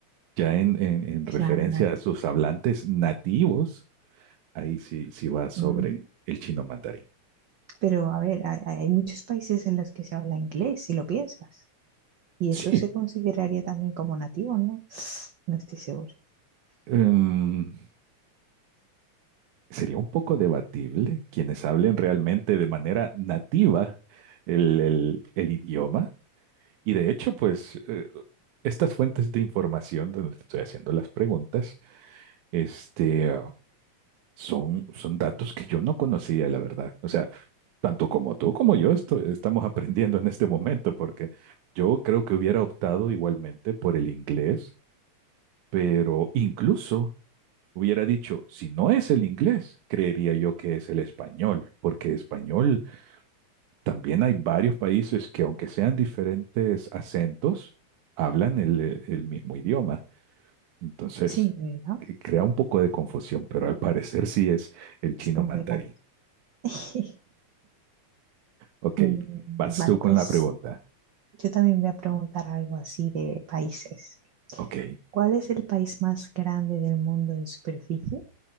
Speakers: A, on the right; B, on the right.
A: ya en, en- en
B: claro,
A: referencia
B: nat-
A: a sus hablantes nativos, ahí sí, sí va sobre
B: mm,
A: el chino mandarín.
B: pero a ver, hay, hay muchos países en los que se habla inglés, si lo piensas. Y
A: Sí.
B: eso se consideraría también como nativo, ¿no? No estoy segura.
A: Em, Sería un poco debatible quienes hablen realmente de manera nativa el, el- el idioma. Y de hecho, pues eh, estas fuentes de información donde te estoy haciendo las preguntas, este, ah, son, son datos que yo no conocía, la verdad. O sea, tanto como tú como yo esto- estamos <laughs> aprendiendo en este momento, porque yo creo que hubiera optado igualmente por el inglés, pero incluso Hubiera dicho, si no es el inglés, creería yo que es el español, porque español también hay varios países que aunque sean diferentes acentos, hablan el, eh, el mismo idioma. Entonces,
B: Sí, ¿verdad?
A: que crea un poco de confusión, pero al parecer sí es el chino
B: Es complicado.
A: mandarín.
B: <laughs>
A: Ok,
B: Mm,
A: vas
B: Vale,
A: tú con
B: pues
A: la pregunta.
B: yo también voy a preguntar algo así de países.
A: Ok,
B: ¿Cuál es el país más grande del mundo en superficie?